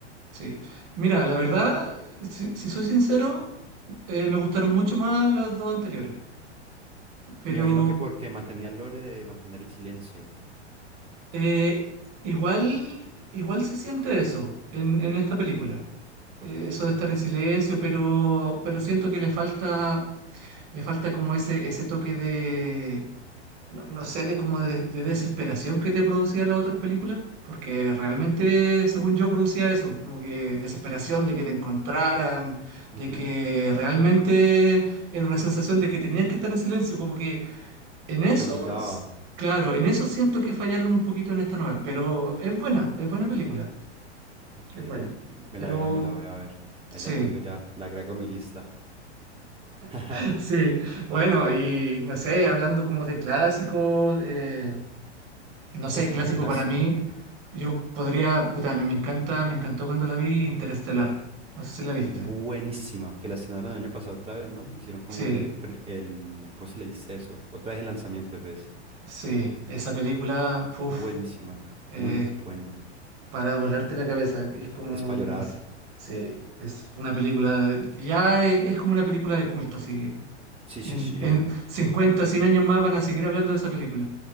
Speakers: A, on the right; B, on the right.
A: Sí. Mira, la verdad, si, si soy sincero, eh, me gustaron mucho más las dos anteriores. Pero
B: Me imagino que porque mantenía el lore de mantener el silencio.
A: eh, igual, igual se siente eso en, en esta película. Eh,
B: Ok.
A: eso de estar en silencio, pero, pero siento que le falta, le falta como ese, ese toque de, No, no sé de cómo de, de desesperación que te producía las otras películas, porque realmente, según yo, producía eso, como que desesperación de que te encontraran, de
B: Ujú.
A: que realmente era una sensación de que tenías que estar en silencio, como que en eso,
B: Te obligaba.
A: s- claro, en eso siento que fallaron un poquito en esta nueva, pero es buena, es buena película,
B: Ok.
A: es buena,
B: Me
A: pero
B: la veré, me la voy a ver. Ahí
A: sí,
B: la tengo ya. La agrego a mi lista. <laughs>
A: <laughs> sí, bueno, y no sé, hablando como de clásicos, eh, No sé,
B: Uf,
A: clásico
B: un clásico.
A: para mí. Yo podría, puta, a mí me encanta, me encantó cuando la vi Interestelar. No sé si la viste.
B: Buenísima. Que la estrenaron el año pasado otra vez, ¿no? Hicieron como
A: Sí,
B: el, pre- el, ¿cómo se le dice eso? Otra vez el lanzamiento, ¿ves?
A: sí, esa película, uff,
B: Buenísima.
A: es
B: Muy buena.
A: para volarte la cabeza. Es como,
B: Es para llorar.
A: no sé, sí, es una película, de- ya es, es como una película de culto, así.
B: Sí,
A: En,
B: sí, sí.
A: en 50, 100 años más van a seguir hablando de esa película.